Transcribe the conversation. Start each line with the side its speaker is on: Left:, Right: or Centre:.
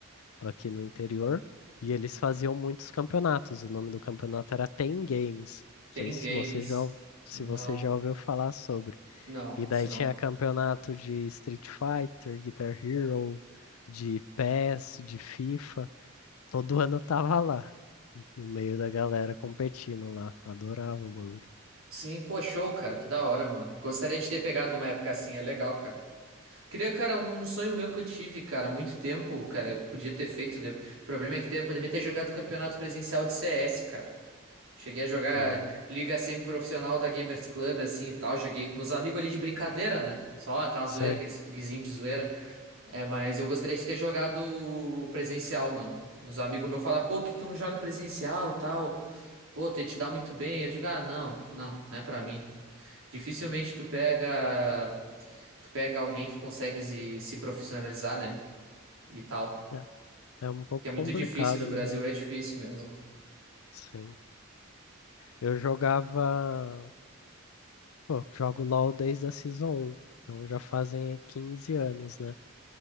Left: aqui no interior. E eles faziam muitos campeonatos. O nome do campeonato era Tem Games. Não
Right: tem
Left: sei se
Right: games.
Left: você já, ou- se
Right: Não,
Left: você já ouviu falar sobre.
Right: não,
Left: E daí
Right: isso não.
Left: tinha campeonato de Street Fighter, Guitar Hero, de PES, de FIFA. Todo ano eu tava lá. no meio da galera competindo lá. Adorava o bagulho.
Right: Sim, pô, show, cara. Que da hora, mano. Gostaria de ter pegado uma época assim, é legal, cara. Queria, cara, um um sonho meu que eu tive, cara, há muito tempo, cara, que eu podia ter feito. de- O problema é que teve a pandemia ter jogado campeonato presencial de CS, cara. Cheguei a jogar
Left: Hum,
Right: liga semi-profissional da Gamers Club, assim e tal. Joguei com meus amigos ali de brincadeira, né? Só aquela zoeira,
Left: sei.
Right: aqueles pugzinhos de zoeira. É, mas eu gostaria de ter jogado presencial, mano. Os amigos meus falam, pô, por que tu não joga presencial, tal. Pô, tu ia te dar muito bem. Eu digo, ah, não, não, não é pra mim. Dificilmente tu pega, tu pega alguém que consegue se, se profissionalizar, né? E tal.
Left: É, é um pouco
Right: Que é
Left: complicado
Right: muito difícil no Brasil,
Left: mesmo.
Right: é difícil mesmo.
Left: Sim. Eu jogava. Pô, jogo LOL desde a Season um Então já fazem aí 15 anos, né?